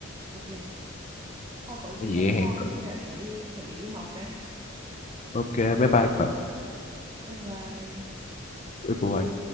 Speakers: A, on the right; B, on the left.
A: Ok. Thôi có gì
B: cái gì
A: gặp sau
B: hẹn
A: nhá.
B: cậu.
A: Bây giờ tớ đi chuẩn bị đi học đây.
B: ok bye bye cậu
A: Bye bye.
B: bye bye